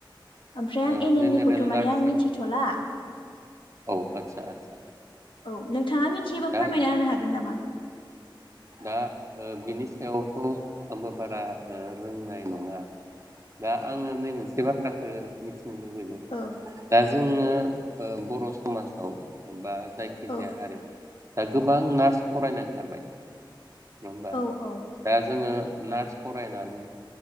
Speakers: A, on the left; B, on the right.
A: ओमफ्राय
B: ओ
A: आं एनिमिखौथ
B: जेनेरेल नार्सिं
A: माने आं मिथिथला
B: औ आदसा आदसा
A: औ नोंथाङा मिथियोबा
B: दा
A: फोरमायना होनो हागोन नामा?
B: दा ओ बिनि सायावथ आंबो बारा ओ रोंनाय नङा दा आङो नै मोनसे बाथ्राखो मि थिनो लुबैदों
A: औ
B: दा जोङो ओ बर' समाजाव बा जायखि
A: औ
B: जाया हारि <unintelligible> गोबां नार्स फरायनाय ओंखारबाय। नङा होमबा
A: औ औ
B: दा जोङो नार्स फरायनानै